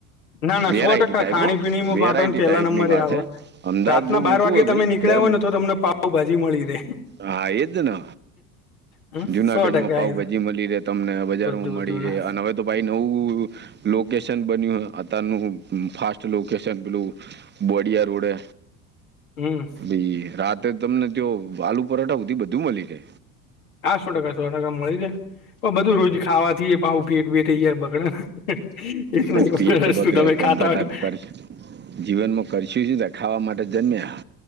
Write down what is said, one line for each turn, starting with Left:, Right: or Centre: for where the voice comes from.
Left: ના ના
Right: વેરાયટી
Left: સો ટકા
Right: ટાઈપ
Left: ખાણીપીણીમાં
Right: હો વેરાઈટી
Left: પાટણ પહેલા
Right: ટાઈપ
Left: નંબરે
Right: ની વાત
Left: આવે
Right: હ અમદાવાદ
Left: રાતના
Right: બઉ
Left: બાર
Right: મોટું
Left: વાગે
Right: હોય
Left: તમે
Right: ભાઈ
Left: નીકળ્યા
Right: દર
Left: હોય ને તો તમને પાાવ ભાજી મળી રે
Right: હા એજ ને
Left: હમ,
Right: જુનાગંજમાં
Left: સો ટકા
Right: પાઉભાજી
Left: એમ
Right: મળી રહે તમને બજારમાં
Left: બધું
Right: મળી
Left: બધું
Right: રહે
Left: ને
Right: અને હવે તો ભાઈ નવું લોકેશન બન્યું. તનું ફાસ્ટ લોકેશન પીલું બોડિયા રોડે
Left: હમ
Right: એ રાતે તમને ત આલુ પરાઠાધી બધું મળી રે
Left: આસો ટકા સો ટકા મળી દે પણ બધું રોજ ખાવાથી ભાવ પેટ વેટયાર બગડે ને એક ન
Right: ભાઈ પેટ
Left: વસ્તું
Right: બગડે
Left: તમે
Right: પણ
Left: ખાતા હો
Right: તાપ
Left: તો
Right: કરશે જીવનમાં કરીશું સુું તો ખાવા માટે જન્મયા